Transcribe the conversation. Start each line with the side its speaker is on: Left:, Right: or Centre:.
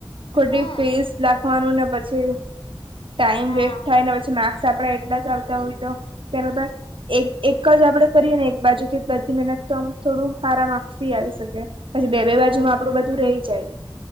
Right: ખોટી
Left: હા
Right: ફીઝ લખવાનું ને પછી ટાઈમ
Left: હા
Right: વેસ્ટ થાય ને પછ છી માર્ક્સ આપડે એટલા જ આવતા હોય તો <unintelligible> એક-એક જ આપડે કરીએ ને એક બાજુ થી બધી મહેનત તો આમ થોડું આરામ આપવી આવી શકે, પછી બે-બે
Left: હા
Right: બાજુમાં આપડું બધું રહી જાય.